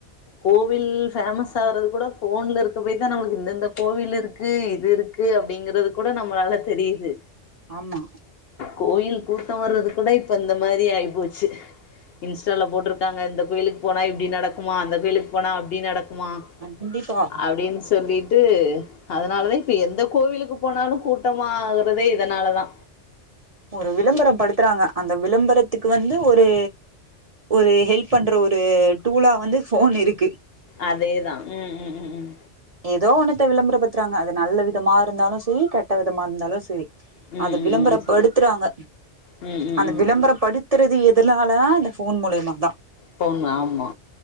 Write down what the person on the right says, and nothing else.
ஆமா
கண்டிப்பா
ஒரு விளம்பரப்படுத்துறாங்க அந்த விளம்பரத்துக்கு வந்து ஒரு ஒரு ஹெல்ப் பண்ற ஒரு டூலா வந்து போன் இருக்கு
ஏதோ ஒன்னத்த விளம்பர பத்துறாங்க அது நல்ல விதமா இருந்தாலு செரி கெட்ட விதமா இருந்தாலு செரி
அத விளம்பரப்படுத்துறாங்க
அந்த
விளம்பரப்படு றது எதனால இந்த ஃபோன் மூலயமா தா